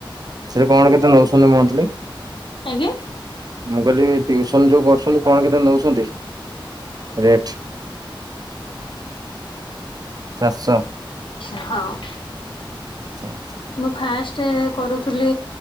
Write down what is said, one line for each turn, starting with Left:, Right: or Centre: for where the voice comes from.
Right: <unintelligible> କଣ କେତେ ନଉଛନ୍ତି ମନ୍ଥଲି?
Left: ଆଜ୍ଞା।
Right: ମୁଁ କହିଲି ଟିୁସନ ଯୋଉ କରୁଛନ୍ତି କଣ କେତେ ନଉଛନ୍ତି? ରେଟ୍? ଚାରିଶହ ଆଚ୍ଛା
Left: <unintelligible> ହଁ।
Right: ଆଚ୍ଛା ଆଚ୍ଛା।
Left: ମୁଁ ଫାଷ୍ଟ କରୁଥିଲି